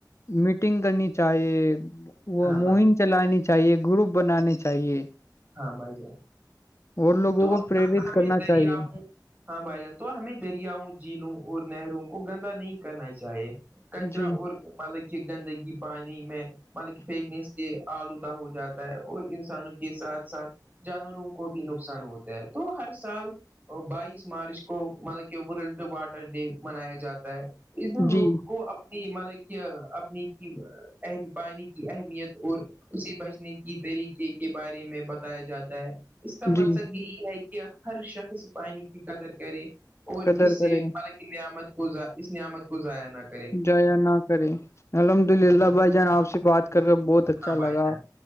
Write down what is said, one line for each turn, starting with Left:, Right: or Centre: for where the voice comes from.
Left: میٹنگ کرنی چاہیے وہ
Right: ہاں
Left: مہم
Right: بھائی
Left: چلانی چاہیے گروپ بنانی چاہیے
Right: ہاں بھائی جان
Left: اور لوگوں
Right: تو
Left: کو پریرت
Right: ہمیں
Left: کرنا
Right: دریا
Left: چاہیے
Right: ہاں بھائی جان تو ہمیں دریاؤں جیلوں اور نہروں کو گندا نہیں کرنا چاہیے کچرا
Left: جی
Right: اورور مطلب کہ گندگی پانی میں مطلب فیکنیس سے آلودہ ہو جاتا ہے اور انسانوں کے ساتھ ساتھ جانوروں کو بھی نقصان ہوتا ہے تو ہر سال بائیس مارچ کو مطلب کہ ورلڈ واٹر ڈے منایا جاتا ہے اس دن
Left: جی
Right: لوگ کو اپنی مالک اپنی کی پانی کی اہمیت اور اسی ب کی طریقے کے بارے میں بتایا جاتا ہے اس کا
Left: جی
Right: مقصد یہی ہے کہ ہر شخص پانی کی قدر کرے اور
Left: قدر
Right: اس سےہ
Left: کریں
Right: نعمت کو اس نعمت کو ضائع نہ کر
Left: جیا نہ کرے الحمد للہ بھائی جان آپ سے بات کر رہے بہت اچھا
Right: ہاں بھائی
Left: لگا
Right: جان